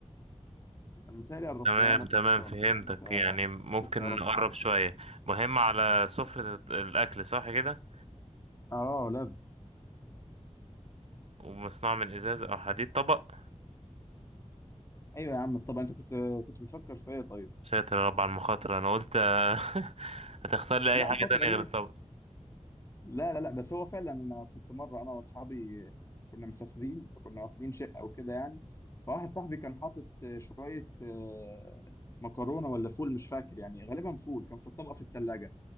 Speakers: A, on the left; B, on the right.
A: متهيألي قربتها
B: تمام
A: لك
B: تمام
A: خالص
B: فهمتك
A: يعني انت
B: يعني ممكن
A: كنت تعرف
B: نقرب شوية مهم على سفرة الأكل صح كده
A: اه لازم
B: ومصنوع من إزاز أو حديد طبق
A: ايوه يا عم طب انت كنت كنت بتفكر في ايه طيب
B: ساتر يا رب على المخاطرة أنا قلت <laughs> هتختار لي
A: لا
B: أي حاجة
A: مخاطره
B: تانية
A: ليه
B: غير الطبق
A: لا لا لا بس هو فعلا انا كنت مره انا واصحابي كنا مسافرين فكنا واخدين شقه وكده يعني فواحد صاحبي كان حاطط شويه آه، مكرونه ولا فول مش فاكر يعني غالبا فول كان في الطبق في الثلاجه